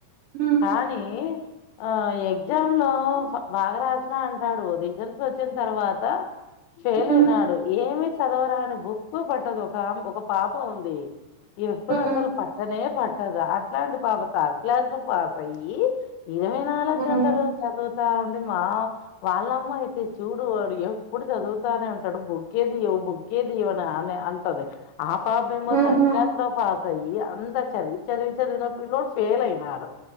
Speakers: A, on the right (about 70°); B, on the left (about 80°).
A: ఉ
B: కానీ ఆ ఎగ్జామ్ లో బాగా రాసా అంటాడు రిజల్ట్స్ వచ్చిన తర్వాత ఫెయిల్
A: ఉ
B: అయినాడు ఏమి చదవరా అని బుక్ పడ్డదు ఒక ఒక పాప ఉంది ఎప్పుడు అసలు
A: ఉ
B: పట్టనే పట్టదు అట్లాంటి పాప థర్డ్ క్లాస్ లో పాస్ అయ్యి ఇరవై నాలుగు
A: మ్మ్
B: గంటలు చదువు ఉండి మా వాళ్ళమ్మ అయితే చూడు వాడు ఎప్పుడు చదువుతానే ఉంటాడు బొక్కేది బుక్ ఏది ఇవనా అనే అంటద ఆ పాప ఏమో
A: ఊహూ
B: థర్డ్ క్లాస్ పాస్ అయ్యి అంత చదివి చదివి నా పిల్లోడు ఫెయిల్ అయినాడు